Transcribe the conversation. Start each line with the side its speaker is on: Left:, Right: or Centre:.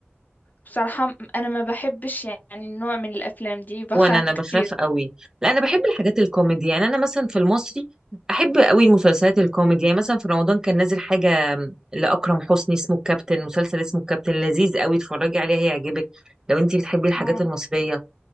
Left: بصراحة م- أنا ما بحبش يعني النوع من الأفلام دي بخاف
Right: وأنا أنا
Left: كتير
Right: بخاف قوي لا أنا بحب الحاجات الكوميدي يعني أنا مثلا في المصري أحب قوي المسلسلات الكوميدي يعني مثلا في رمضان كان نازل حاجة لأكرم حسني اسمه الكابتن مسلسل اسمه الكابتن لذيذ قوي اتفرجي عليه هيعجبك لو انتي بتحبي الحاجات
Left: اه
Right: المصرية